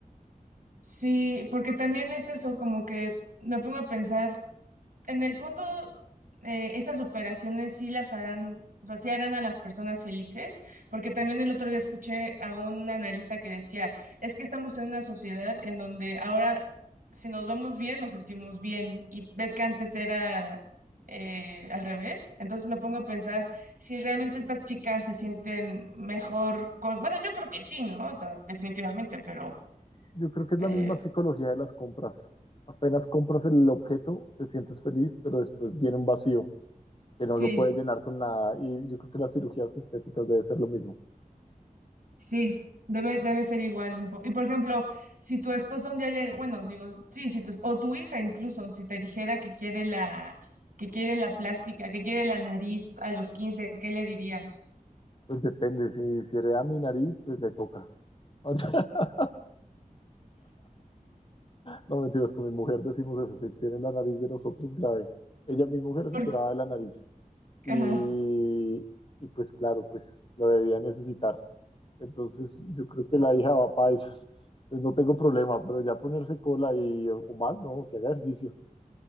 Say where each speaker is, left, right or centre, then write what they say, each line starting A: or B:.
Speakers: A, on the right; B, on the left.
A: sí, porque también es eso, como que me pongo a pensar en el fondo, eh, esas operaciones sí las harán, o sea, sí harán a las personas felices, porque también el otro día escuché a un analista que decía, es que estamos en una sociedad en donde ahora si nos vemos bien, nos sentimos bien, y ves que antes era eh, al revés, entonces me pongo a pensar si realmente estas chicas se sienten mejor con, bueno, yo creo que sí, ¿no? O sea, definitivamente, pero
B: Yo creo que es
A: eh,
B: la misma psicología de las compras. Apenas compras el objeto, te sientes feliz, pero después viene un vacío que no
A: sí.
B: lo puede llenar con nada. Y yo creo que las cirugías estéticas debe ser lo mismo.
A: Sí, debe, debe ser igual un poco. Y por ejemplo, si tu esposo un día llega, bueno, digo, sí, si tu, esp- o tu hija incluso, si te dijera que quiere la, que quiere la plástica, que quiere la nariz a los quince ¿qué le dirías?
B: Pues depende, si, si hereda mi nariz, pues le toca. <laughs> no mentiras, con mi mujer decimos eso, si tiene la nariz de nosotros grave. Ella, mi mujer, es
A: Por-
B: operada de la nariz. Y,
A: Ajá.
B: y pues claro, pues lo debía necesitar. Entonces yo creo que la hija va para esas. Pues no tengo problema, pero ya ponerse cola y o más, no, que haga ejercicio.